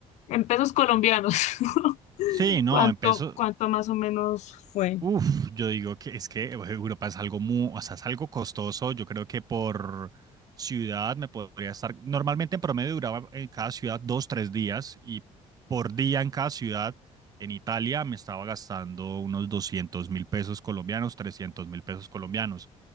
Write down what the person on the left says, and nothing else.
en pesos colombianos, <laughs>
¿cuánto,
cuánto más o menos fue?